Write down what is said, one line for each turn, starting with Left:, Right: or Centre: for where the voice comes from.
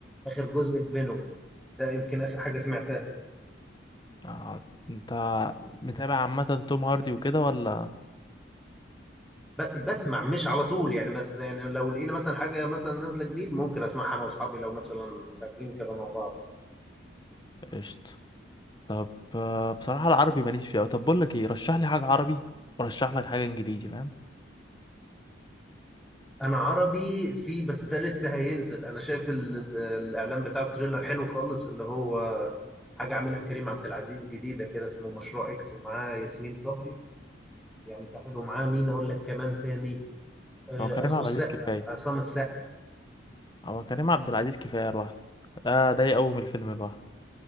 Centre: اخر جزء الفينوم ده يمكن اخر حاجه سمعتها
Left: آه انت متابع عامة توم هاردي وكده ولا
Centre: ب- بسمع مش على طول يعني بس يعني لو لقينا مثلا حاجة مثلا نازلة جديد ممكن اسمعها انا واصحابي لو مثلا خارجين كده مع بعض
Left: قشطة طب آه بصراحة العربي ماليش فيه أوي. طب بقول لك ايه رشح لي حاجة عربي ورشح لك حاجة انجليزي فاهم
Centre: انا عربي في بس ده لسه هينزل انا شايف ال ال الاعلان بتاعه تريلر حلو خالص اللي هو حاجة عاملها كريم عبد العزيز جديدة كده اسمه مشروع اكس ومعاه ياسمين صبري يعني فحلو معاه مين اقول لك كمان تاني آه،
Left: هو كريم
Centre: اخو
Left: عبد
Centre: السقا
Left: العزيز كفاية
Centre: عصام السقا
Left: هو كريم عبد العزيز كفاية لوحده ده ده يقوم الفيلم لوحده